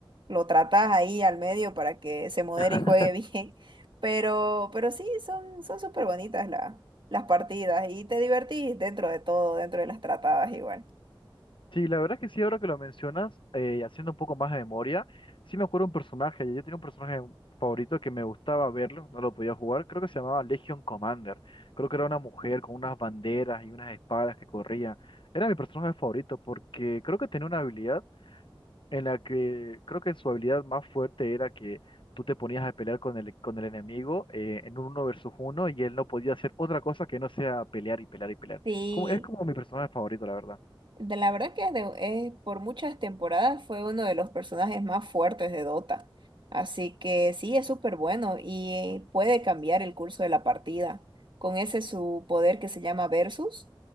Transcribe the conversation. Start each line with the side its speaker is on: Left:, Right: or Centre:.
Right: lo tratas ahí al medio para que se modere
Left: <laughs>
Right: y juegue <laughs> bien. Pero, pero sí, son, son súper bonitas la- las partidas y te divertís dentro de todo, dentro de las tratadas igual.
Left: Sí, la verdad que sí, ahora que lo mencionas, eh, haciendo un poco más de memoria, sí me acuerdo un personaje. Yo tenía un personaje favorito que me gustaba verlo, no lo podía jugar, creo que se llamaba Legion Commander. Creo que era una mujer con unas banderas y unas espadas que corría. Era mi personaje favorito porque creo que tenía una habilidad en la que creo que su habilidad más fuerte era que tú te ponías a pelear con el, con el enemigo eh, en un uno versus uno y él no podía hacer otra cosa que no sea pelear y pelear y pelear.
Right: Sí.
Left: Como, es como mi personaje favorito, la verdad.
Right: De la verdad que de- eh, por muchas temporadas fue uno de los personajes más fuertes de Dota. Así que sí, es súper bueno y eh, puede cambiar el curso de la partida. Con ese su poder que se llama Versus,